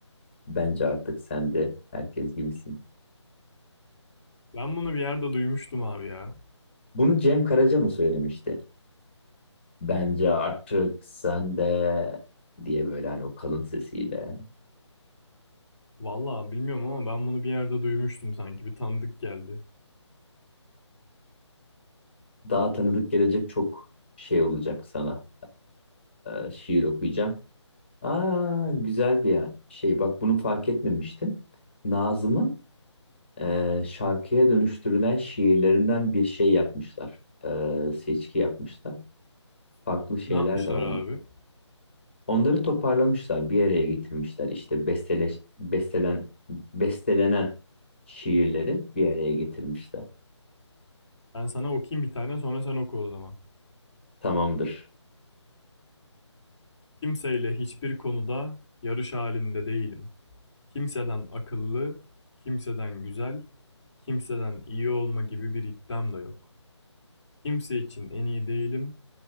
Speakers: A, on the left; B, in the centre.
A: Bence artık sen de herkes gibisin.
B: Ben bunu bir yerde duymuştum abi ya.
A: Bunu Cem Karaca mı söylemişti? Bence artık sen de diye böyle hani o kalın sesiyle.
B: Vallahi bilmiyorum ama ben bunu bir yerde duymuştum sanki. Bir tanıdık geldi.
A: daha tanıdık gelecek çok şey olacak sana. Ee, şiir okuyacağım. Aa, güzel bir ya- şey. Bak bunu fark etmemiştim. Nazım'ın e, şarkıya dönüştürülen şiirlerinden bir şey yapmışlar. Ee, seçki yapmışlar. Farklı şeyler
B: Ne yapmışlar
A: de var.
B: abi?
A: Onları toparlamışlar, bir araya getirmişler. İşte besteleş, bestelen, bestelenen şiirleri bir araya getirmişler.
B: Ben sana okuyayım bir tane sonra sen oku o zaman.
A: Tamamdır.
B: Kimseyle hiçbir konuda yarış halinde değilim. Kimseden akıllı, kimseden güzel, kimseden iyi olma gibi bir iddiam da yok. Kimse için en iyi değilim,